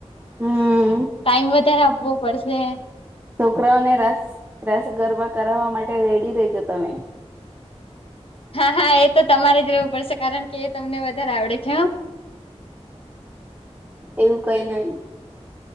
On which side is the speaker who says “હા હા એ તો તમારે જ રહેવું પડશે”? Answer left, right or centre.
Left